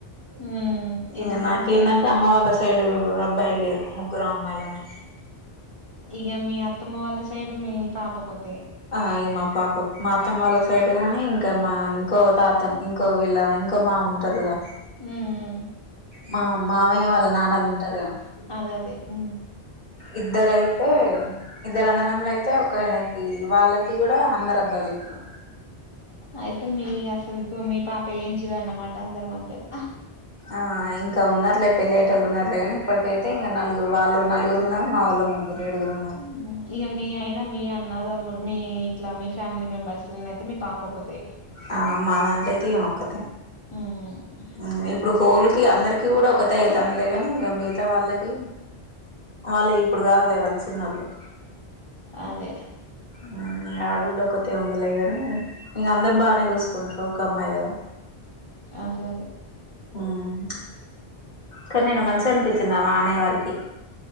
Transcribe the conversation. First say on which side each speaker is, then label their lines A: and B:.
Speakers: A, on the left; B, on the left.
A: ఉమ్
B: ఇంగ
A: ఎందుకంటే
B: నాకేందంటే, అమ్మ వాళ్ళ సైడ్ అబ్బాయిలు లేరు, ముగ్గురం అమ్మాయిలమే.
A: ఇగ మీ అత్తమ్మ వాళ్ళ సైడు మీ పాపోక్కతె.
B: ఆ ఇగ మా పాప. మా అత్తమ్మ వాళ్ళ సైడ్ గాని ఇంకా మా ఇంకో తాతన్ ఇంకో వీళ్ళ ఇంకో మామ ఉంటారుగా,
A: ఉమ్ ఉమ్
B: మా మామయ్య వాళ్ళ నాన్నలు ఉంటారు గా
A: అదే అదే ఉమ్
B: ఇద్దరయితే, ఇద్దరు అన్నదమ్ములు అయితే, ఒక ఆయనకి వాళ్ళకి కూడా అందరు అబ్బాయిలు ఇప్పుడు
A: అయితే మీ అసలుకు మీ పా పేంజిల్ అన్నమాట అందరి మధ్యలో
B: ఆ ఇంకా ఉన్నారులే పెళ్లయ్యేటోళ్లు ఉన్నారులే కానీ, ఇప్పటికైతే ఇంక నలుగురు వాళ్ళు, నలుగురు ఉన్నారు మా వాళ్ళు ముగ్గురు ఏడుగురు ఉన్నారు.
A: ఉమ్ ఇగ మీ అయినా మీ అన్న తమ్ముల్ మీ ఇట్లా మీ ఫ్యామిలీ మెంబర్స్ లోన అయితే మీ పాప ఒక్కతే
B: ఆ మా దాంట్లో అయితే ఈమె ఒక్కతే.
A: మ్
B: మ్ ఇప్పుడు హోల్ కి అందరికీ కూడా ఒకతే అయితాందిలే కానీ ఇంగ మిగతా వాళ్ళక్ కి వాళ్ళు ఇప్పుడు కాదులే వాల్ చిన్నోళ్ళు
A: అదే
B: మ్ ఆడబిడ్డ ఒకతే ఉందిలే అనీ ఇంగ అందరు బానే చూసుకుంటారు ఒక అమ్మాయి కదా.
A: అదే అదే
B: మ్ కానీ నిన్న మంచిగ అనిపిచ్చిందామా అనే వరికి